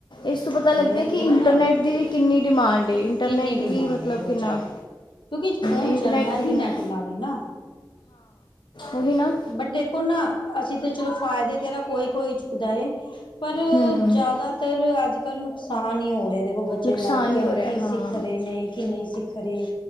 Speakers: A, on the left; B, on the left.
A: ਏਸ ਤੋਂ ਪਤਾ
B: ਜਿਵੇਂ
A: ਲੱਗਦਾ
B: ਦੇਖੋ
A: ਕੀ ਇੰਟਰਨੈੱਟ
B: ਨਾ
A: ਦੀ ਵੀ ਕਿੰਨੀ ਡਿਮਾਂਡ ਏ। ਇੰਟਰਨੈੱਟ
B: ਕਿੰਨੀ ਡਿਮਾਂਡ
A: ਵੀ ਮਤਲਬ
B: ਹੈ ਬਹੁਤ
A: ਕਿੰਨਾ
B: ਜ਼ਿਆਦਾ। ਕਿਉਂਕਿ ਫੋਨ
A: ਇੰਟਰਨੈਟ
B: ਚੱਲਣਾ
A: ਵੀ
B: ਹੀ
A: ਕਿੰਨਾ
B: ਨੈੱਟ ਨਾਲੇ ਏ ਨਾ।
A: ਓਹੀ ਨਾ।
B: ਬਟ ਦੇਖੋ ਨਾ ਅਸੀਂ ਤਾਂ ਚਲੋ ਫਾਇਦੇ ਤੇ ਏਦਾ ਕੋਈ ਕੋਈ ਚੁੱਕਦਾ ਏ। ਪਰ
A: ਹੂੰ
B: ਜਾਦਾਤਰ ਅੱਜ ਕੱਲ੍ਹ ਨੁਕਸਾਨ ਈ ਹੋ ਰੇ ਦੇਖੋ ਬੱਚੇ
A: ਨੁਕਸਾਨ
B: ਲਾਈਫ ਤੇ
A: ਹੀ
B: ਹੁਣ
A: ਹੋ ਰਿਹਾ
B: ਕੀ
A: ਹਾਂ
B: ਸਿੱਖ ਰਹੇ ਨੇ ਕੀ ਨਈ ਸਿੱਖ ਰੇ।